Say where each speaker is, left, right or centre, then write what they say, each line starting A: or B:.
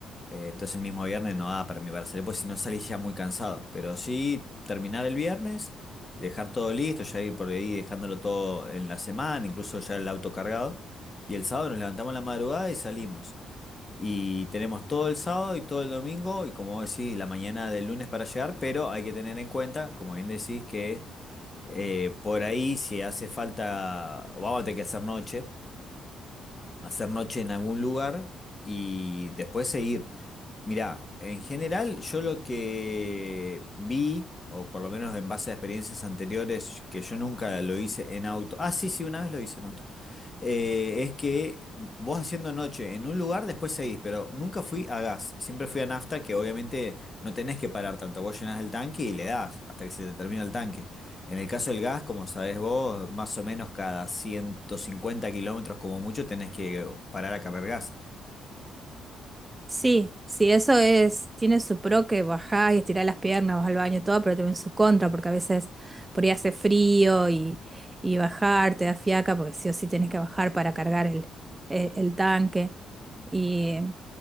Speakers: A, on the left (about 25°); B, on the right (about 15°).
A: eh, entonces el mismo viernes no da para mí para salir, pues si no salís ya muy cansado, pero sí terminar el viernes, dejar todo listo, ya ir por ahí dejándolo todo en la semana, incluso ya el auto cargado, y el sábado nos levantamos a la madrugada y salimos. Y tenemos todo el sábado y todo el domingo, y como vos decís, la mañana del lunes para llegar, pero hay que tener en cuenta, como bien decís, que eh, por ahí, si hace falta, o vamos a tener que hacer noche, hacer noche en algún lugar y después seguir. Mirá, en general, yo lo que vi, o por lo menos en base a experiencias anteriores, que yo nunca lo hice en auto. Ah, sí, sí, una vez lo hice en auto eh, es que vos haciendo noche en un lugar, después seguís, pero nunca fui a gas, siempre fui a nafta, que obviamente no tenés que parar tanto, vos llenás el tanque y le das hasta que se te termina el tanque. En el caso del gas, como sabés vos, más o menos cada 150 kilómetros como mucho tenés que parar a cargar gas.
B: Sí, sí, eso es, tiene su pro que bajás y estirás las piernas, vas al baño y todo, pero también su contra, porque a veces por ahí hace frío y, y bajar te da fiaca, porque sí o sí tenés que bajar para cargar el, eh, el tanque. Y, eh,